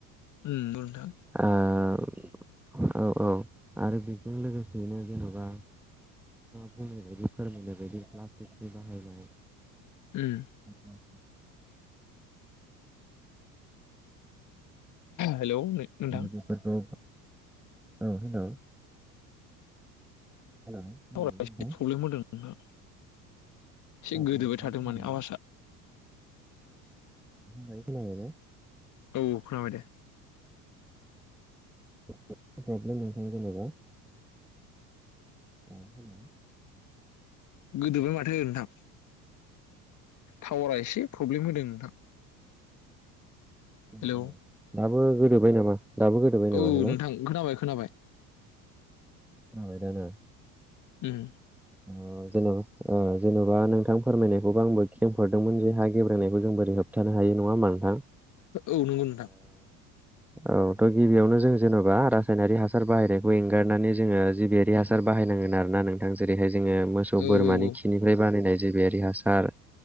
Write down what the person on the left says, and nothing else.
उम नोंगौ नोंथां।
उम
हेलौ नोंथां
टावारा
एसे प्रब्लेम होदों नोंथां। एसे
गोदोबाय
थादों
माने आवासा।
औ खोनाबाय दे।
गोदोबाय माथो नोंथां टावारा एसे प्रब्लेम होदों नोंथां।
हेलौ
औ
नोंथां खोनाबाय खोनाबाय
उम
औ नोंगौ नोंथां।
औ
औ औ